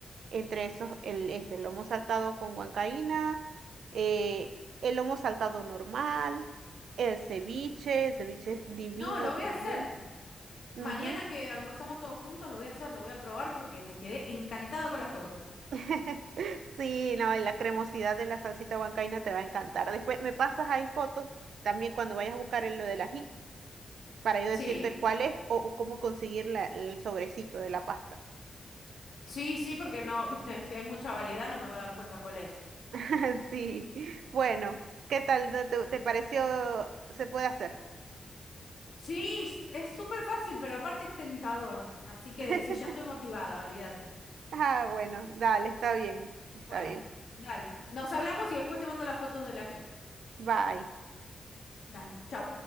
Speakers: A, on the right; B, on the left.
A: entre esos el, ese, el lomo saltado con huancaína, eh, el lomo saltado normal, el ceviche, el ceviche es divino
B: No, lo voy
A: también.
B: a hacer.
A: Ujú.
B: Mañana que almorzamos todos juntos, lo voy a hacer, lo voy a probar porque me quedé encantada con la foto.
A: <laughs> Sí, no, y la cremosidad de la salsita huancaína te va a encantar. Después me pasas ahí fotos también cuando vayas a buscar el, lo del ají. para yo decirte
B: Sí,
A: cuál es o, o cómo conseguir la- el sobrecito de la pasta.
B: sí, sí, porque no, viste, si hay mucha variedad no me voy a dar cuenta cuál es.
A: <laughs> Sí, bueno, ¿qué tal te, te-
B: Mm.
A: te pareció? ¿Se puede hacer?
B: Sí, es es súper fácil, pero aparte es tentador. Así que
A: <laughs>
B: sí, ya estoy motivada, olvídate.
A: Ah, bueno, dale, está bien, está
B: Bueno,
A: bien.
B: dale. Nos hablamos y después te mando las fotos del ají.
A: Bye.
B: Dale, chau.